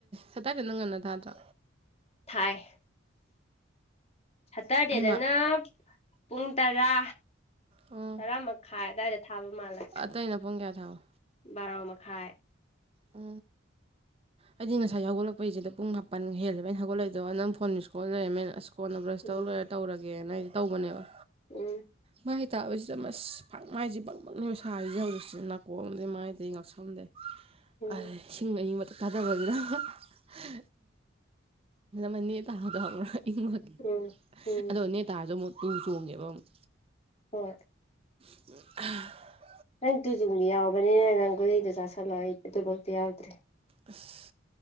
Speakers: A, on the right; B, on the left.
A: ꯁꯇꯔꯗꯦꯗꯣ ꯉꯟꯅ ꯊꯥꯇ꯭ꯔꯣ
B: ꯊꯥꯏ ꯁꯇꯔꯗꯦꯗꯅ
A: ꯑꯍꯩꯃꯥ
B: ꯄꯨꯡ ꯇꯔꯥ
A: ꯑꯣ
B: ꯇꯔꯥ ꯃꯛꯈꯥꯏ ꯑꯗꯥꯏꯗ ꯊꯥꯕ ꯃꯥꯜꯂꯦ
A: ꯇꯩꯩꯅ ꯄꯨꯡ ꯀꯌꯥ ꯊꯥꯕ
B: ꯕꯥꯔꯣ ꯃꯈꯥꯏ
A: ꯑ ꯑꯩꯗꯤ ꯉꯁꯥꯏ ꯍꯧꯒꯠꯂꯛꯄꯩꯖꯤꯗ ꯄꯨꯡ ꯃꯥꯄꯟ ꯍꯦꯜꯂꯦꯕ ꯑꯩꯅ ꯍꯧꯒꯠꯂꯏꯗꯣ ꯅꯪ ꯐꯣꯟ ꯃꯤꯁꯀꯣꯜ ꯂꯩꯔꯝꯃꯦꯅ ꯑꯁ ꯀꯣꯟꯅ ꯕ꯭ꯔꯁ
B: ꯎꯝ
A: ꯇꯧ ꯂꯣꯏꯔ ꯇꯧꯔꯒꯦꯅ ꯑꯩꯖꯤ ꯇꯧꯕꯅꯦꯕ
B: ꯎꯝ
A: ꯃꯥꯏ ꯇꯥꯕꯁꯤꯗ ꯃꯁ ꯐꯪ ꯃꯥꯏꯖꯦ ꯕꯪ ꯕꯪꯅꯦꯕ ꯁꯥꯔꯤꯖꯦ ꯍꯧꯖꯤꯛꯁꯤ ꯅꯥꯀꯣꯡꯗꯩ ꯃꯥꯏꯗꯩ ꯉꯛꯁꯝꯗꯩ
B: ꯎꯝ
A: ꯑꯩꯏ ꯁꯤꯡꯕ ꯑꯌꯤꯡꯕ ꯃꯇꯛ ꯇꯥꯗꯕꯒꯤꯅ ꯑꯍ ꯍ ꯑꯩ <unintelligible> ꯏꯪꯃꯒꯤ
B: ꯎꯝ ꯎꯝ
A: ꯑꯗꯣ ꯅꯦꯇꯥꯔꯖꯨ ꯑꯃꯨꯛ ꯇꯨ ꯆꯣꯡꯉꯦꯕ ꯑꯃꯨꯛ
B: ꯍꯣꯏ
A: ꯎꯪꯑ꯭ꯍꯥ
B: ꯅꯪ ꯇꯨꯖꯨꯡꯕꯤꯗꯤ ꯌꯥꯎꯕꯅꯤꯅ ꯅꯪ ꯒꯨꯂꯤꯗꯣ ꯆꯥꯥꯁꯜꯂꯣ ꯑꯩ ꯑꯇꯣꯞꯄ ꯑꯝꯇ ꯌꯥꯎꯗ꯭ꯔꯦ
A: ꯑꯁ